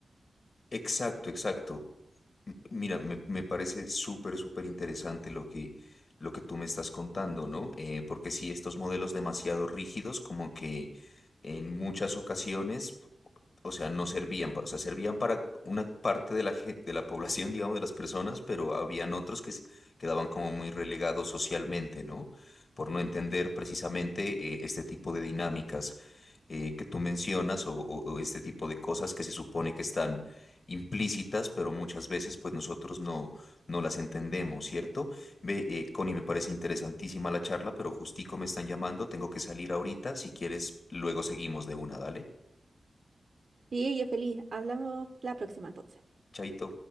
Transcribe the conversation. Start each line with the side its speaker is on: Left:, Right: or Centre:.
Left: Exacto, exacto. M- Mira, me, me parece súper, súper interesante lo que, lo que tú me estás contando, ¿no? Eh, porque sí, estos modelos demasiado rígidos, como que en muchas ocasiones, o sea, no servían, pa- o sea, servían para una parte de la, gen- de la población, <laughs> digamos, de las personas, pero habían otros que s- quedaban como muy relegados socialmente, ¿no? Por no entender precisamente eh, este tipo de dinámicas eh, que tú mencionas o o- o este tipo de cosas que se supone que están implícitas, pero muchas veces pues nosotros no, no las entendemos, ¿cierto? Ve, eh, Connie, me parece interesantísima la charla, pero justico me están llamando, tengo que salir ahorita, si quieres, luego seguimos de una, dale,
Right: Sí, ella es feliz. Hablamos la próxima entonces.
Left: chaito.